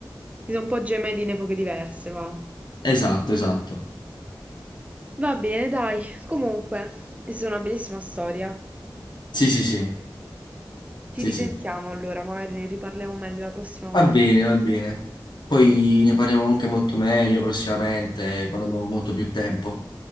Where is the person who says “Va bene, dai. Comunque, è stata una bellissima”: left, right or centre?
Right